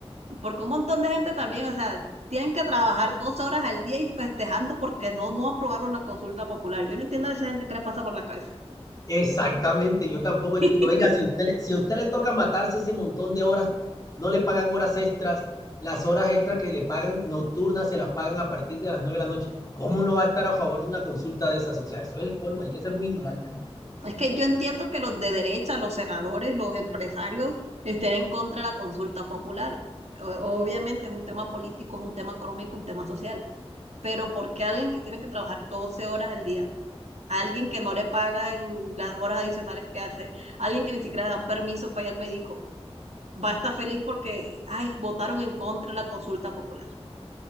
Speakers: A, on the right (about 85°); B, on the left (about 35°).
A: porque un montón de gente también, o sea, tienen que trabajar 12 horas al día y festejando porque no, no aprobaron la consulta popular. Yo no entiendo a esa gente que le pasa por la cabeza.
B: Exactamente, yo tampoco entiendo.
A: <laughs>
B: Venga, si a usted, le- si a usted le toca matarse ese montón de horas, no le pagan horas extras, las horas extras que le pagan nocturnas se las pagan a partir de las 9 de la noche. ¿Cómo no va a estar a favor de una consulta de esas? O sea, eso es el colmo, hay que ser muy ignorante en la vida.
A: Es que yo entiendo que los de derecha, los senadores, los empresarios estén en contra de la consulta popular. O- Obviamente es un tema político, es un tema económico, un tema social. Pero ¿por qué alguien que tiene que trabajar 12 horas al día, alguien que no le pagan las horas adicionales que hace, alguien que ni siquiera le dan permiso para ir al médico, va a estar feliz porque, ay, votaron en contra de la consulta popular?